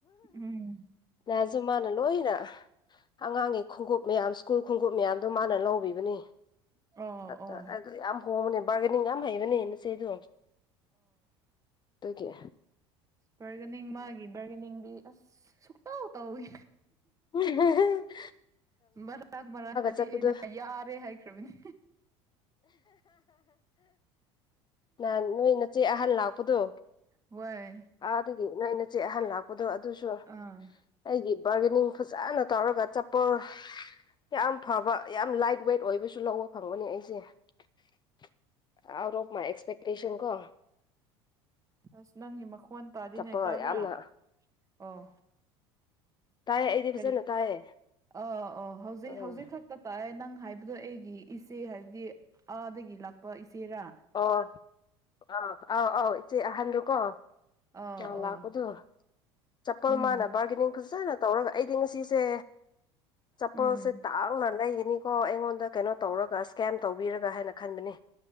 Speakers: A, on the right; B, on the left.
A: ꯎꯝ
B: ꯅꯍꯥꯟꯁꯨ ꯃꯅꯥ ꯂꯣꯏꯅ ꯑꯉꯥꯡꯒꯤ ꯈꯣꯡꯎꯨꯞ ꯃꯌꯥꯝ ꯁ꯭ꯀꯨꯜ ꯈꯣꯡꯎꯨꯞ ꯃꯌꯥꯝꯗꯣ ꯃꯥꯅ ꯂꯧꯕꯤꯕꯅꯦ
A: ꯑꯣ ꯑꯣ
B: ꯑ ꯑꯗꯨ ꯌꯥꯝ ꯍꯣꯡꯕꯅꯦ ꯕꯥꯔꯒꯦꯅꯤꯡ ꯌꯥꯝ ꯍꯩꯕꯅꯦ ꯅꯆꯦꯗꯨ ꯑꯗꯒꯤ
A: ꯕꯔꯒꯦꯅꯤꯡ ꯃꯥꯒꯤ ꯕꯥꯔꯒꯦꯅꯤꯡꯗꯤ ꯑꯁ ꯁꯨꯛꯇꯧ ꯇꯧꯋꯤ
B: ꯎꯝ <unintelligible>
A: ꯃꯔꯥꯛ ꯃꯔꯥꯛꯅꯗꯤ
B: ꯆꯠꯄꯗꯣ
A: ꯑꯩꯅ ꯌꯥꯔꯦ ꯍꯥꯏꯈ꯭ꯔꯕꯅꯤ
B: ꯅꯍꯥꯟ ꯅꯣꯏ ꯅꯆꯦ ꯑꯍꯟ ꯂꯥꯛꯄꯗꯣ
A: ꯍꯣꯢ
B: ꯑꯗꯒꯤ ꯅꯣꯏ ꯅꯆꯦ ꯑꯍꯟ ꯂꯥꯛꯄꯗꯣ ꯑꯗꯨꯁꯨ
A: ꯑꯥ
B: ꯑꯩꯒꯤ ꯕꯥꯔꯒꯦꯅꯤꯡ ꯐꯖꯅ ꯇꯧꯔꯒ ꯆꯥꯝꯄꯥꯛ ꯌꯥꯝ ꯐꯕ ꯌꯥꯝ ꯂꯥꯏꯠ ꯋꯦꯠ ꯑꯣꯏꯕꯁꯨ ꯂꯧꯕ ꯐꯪꯕꯅꯦ ꯑꯩꯁꯦ <unintelligible> ꯑꯦꯛꯁꯄꯦꯇꯦꯁꯟ ꯀꯣ
A: ꯑꯁ ꯅꯪꯒꯤ ꯃꯈꯣꯟ ꯇꯥꯗꯦꯅꯦ
B: ꯆꯠꯄ
A: ꯇꯥꯕ꯭ꯔꯥ
B: ꯌꯥꯝꯅ
A: ꯑꯣ
B: ꯇꯥꯏꯌꯦ ꯑꯩꯗꯤ ꯐꯖꯅ
A: ꯀꯔꯤ
B: ꯇꯥꯏꯌꯦ
A: ꯑꯣ ꯑꯣ ꯍꯧꯖꯤꯛ
B: ꯎꯝ
A: ꯍꯧꯖꯤꯛꯈꯛ ꯇꯥꯏ ꯅꯪ ꯍꯥꯏꯕꯗꯣ ꯑꯩꯒꯤ ꯏꯆꯦ ꯍꯥꯏꯕꯗꯤ ꯑꯥꯗꯒꯤ ꯂꯥꯛꯄ ꯏꯆꯦꯔ
B: ꯑꯣ ꯑꯥꯎ ꯑꯥꯎ ꯑꯥꯎ ꯏꯆꯦ ꯑꯍꯟꯗꯨꯀꯣ
A: ꯑꯣ
B: ꯌꯥꯝ
A: ꯑꯣ
B: ꯂꯥꯛꯄꯗꯣ ꯆꯞꯄꯜ
A: ꯎꯝ
B: ꯃꯥꯅ ꯕꯥꯔꯒꯦꯅꯤꯡ ꯐꯖꯅ ꯇꯧꯔꯒ ꯑꯩꯗꯤ ꯉꯁꯤꯁꯦ ꯆꯥꯝꯄꯜꯁꯦ
A: ꯎꯝ
B: ꯇꯥꯡꯅ ꯂꯩꯒꯅꯤ ꯀꯣ ꯑꯩꯉꯣꯟꯗ ꯀꯩꯅꯣ ꯇꯧꯔꯒ ꯁ꯭ꯀꯦꯝ ꯇꯧꯕꯤꯔꯒ ꯍꯥꯏꯅ ꯈꯟꯕꯅꯤ